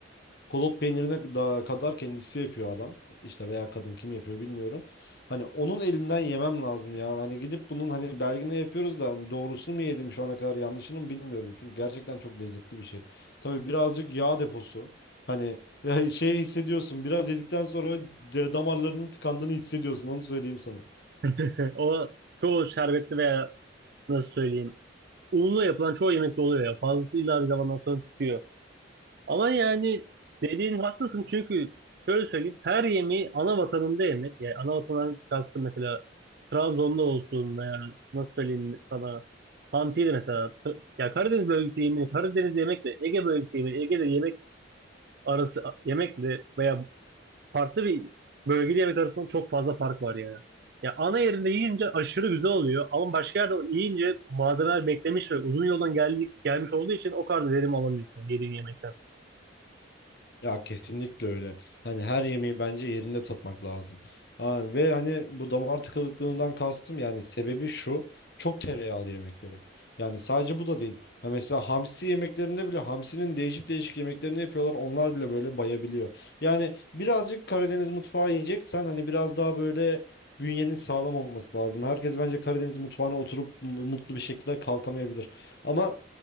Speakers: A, on the left (about 55°); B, on the right (about 55°).
A: Kolot peynirine da kadar kendisi yapıyor adam. İşte veya kadın kim yapıyor bilmiyorum. Hani onun elinden yemem lazım ya. Hani gidip bunun hani belgini yapıyoruz da hani doğrusunu mu yedim şu ana kadar yanlışını mı bilmiyorum. Çünkü gerçekten çok lezzetli bir şey. Tabii birazcık yağ deposu. Hani <laughs> şey hissediyorsun. Biraz yedikten sonra de- damarlarının tıkandığını hissediyorsun. Onu söyleyeyim sana.
B: <laughs> O çoğu şerbetli veya nasıl söyleyeyim unla yapılan çoğu yemekte oluyor ya. Fazlasıyla bir zamandan sonra tutuyor. Ama yani dediğin haklısın çünkü şöyle söyleyeyim her yemeği ana vatanında yemek. Yani ana vatanından kastım mesela Trabzon'da olsun veya nasıl söyleyeyim sana Hamsi'de mesela T- ya Karadeniz bölgesi yemeği Karadeniz yemekle Ege bölgesi yemeği Ege'de yemek arası yemekle veya farklı bir bölgeli yemek arasında çok fazla fark var yani. Ya ana yerinde yiyince aşırı güzel oluyor ama başka yerde yiyince malzemeler beklemiş ve uzun yoldan geldi, gelmiş olduğu için o kadar verim alamıyorsun yediğin yemekten.
A: Ya kesinlikle öyle. Hani her yemeği bence yerinde tatmak lazım. Ha, ve hani bu damar tıkanıklığından kastım yani sebebi şu. Çok tereyağlı yemekleri. Yani sadece bu da değil. Ha mesela hamsi yemeklerinde bile hamsinin değişik değişik yemeklerini yapıyorlar. Onlar bile böyle bayabiliyor. Yani birazcık Karadeniz mutfağı yiyeceksen hani biraz daha böyle bünyenin sağlam olması lazım. Herkes bence Karadeniz mutfağına oturup m- mutlu bir şekilde kalkamayabilir. Ama